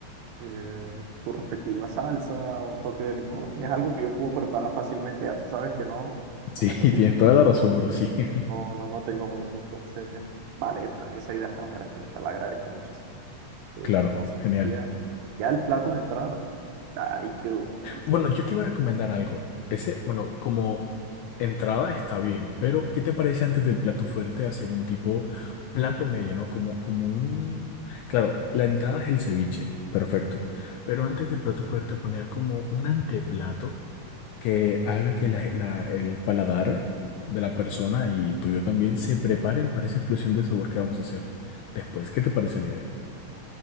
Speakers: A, on the right; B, on the left.
A: eh, su respectiva salsa, un toque de limón, y es algo que yo puedo preparar fácilmente. Ya tú sabes que no,
B: Sí,
A: con la
B: <laughs>
A: cocina,
B: tienes toda
A: no. tengo
B: la razón, bro. Sí, <laughs>
A: No, no, no tengo mucho, entonces, eh, vale, esta- esa idea está perfecta, la agradezco muchísimo. Eh,
B: claro,
A: entonces,
B: genial.
A: ya, ya el plato de entrada, ahí quedó, ahí quedó.
B: Bueno, yo te iba a recomendar algo. Ese, bueno, como entrada está bien, pero ¿qué te parece antes del plato fuerte hacer un tipo plato medio, ¿no? Como, como un... Claro, la entrada es el ceviche, perfecto. Pero antes del plato fuerte poner como un anteplato que haga que la- la- el paladar de la persona y tuyo también se preparen para esa explosión de sabor que vamos a hacer después. ¿Qué te parece la idea?